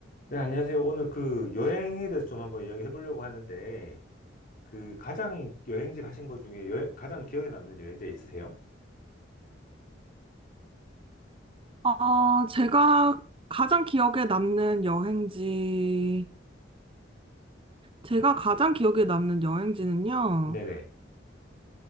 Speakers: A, on the left; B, on the right.
A: 네, 안녕하세요. 오늘 그 여행에 대해서 좀 한번 이야기해 보려고 하는데, 그 가장 여행지 가신 것 중에 여행- 가장 기억에 남는 여행지 있으세요?
B: 아, 제가 가장 기억에 남는 여행지, 제가 가장 기억에 남는 여행지는요,
A: 네네.